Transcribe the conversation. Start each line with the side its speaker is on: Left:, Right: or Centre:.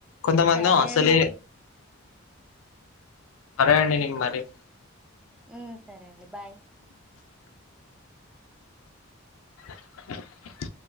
Left: కొంతమందేమో
Centre: సరే
Left: అసలే
Centre: అండి
Left: అరే అండి నీకు మరి
Centre: ఊ సరే అండి బాయ్
Left: <inaudible>